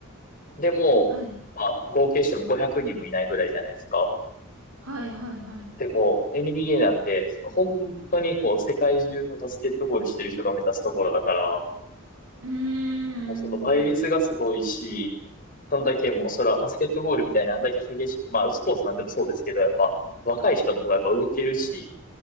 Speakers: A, on the left; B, on the right.
A: でも、
B: はい、
A: まあ、合計しても500人もいないぐらいじゃないですか。
B: はい、はい、はい。
A: でも、NBA なんて、その本当にこう、世界中のバスケットボールしてる人が目指すところだから、
B: うーん。
A: もうその倍率がすごいし、
B: い
A: そんだけもう、そら、バスケットボールみたいなあんだけ激しく、まあ、スポーツなんでもそうですけど、やっぱ、若い人の方がやっぱ動けるし、